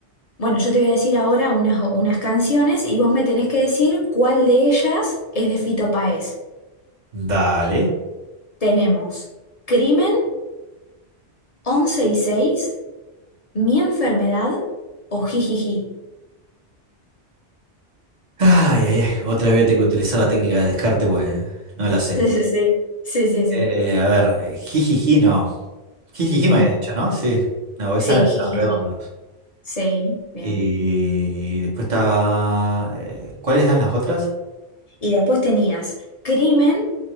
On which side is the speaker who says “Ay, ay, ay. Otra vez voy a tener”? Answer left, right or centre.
Right